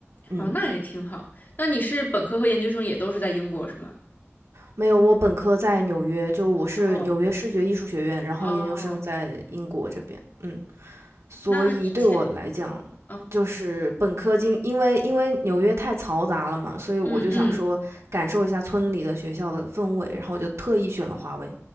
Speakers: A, on the right (about 80°); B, on the left (about 45°).
A: 嗯。
B: 哦，那也挺好。那你是本科和研究生也都是在英国是吗？
A: 没有，我本科在纽约，就我是纽约视觉艺术学院，
B: 哦，
A: 然后研究生在英国这边，
B: 哦，
A: 嗯。所以对我来讲，
B: 那以哦，
A: 就是本科经，因为因为纽约太嘈杂了嘛，所以我就想说感受一下村里的学校的氛围，
B: 嗯嗯，
A: 然后我就特意选了华为。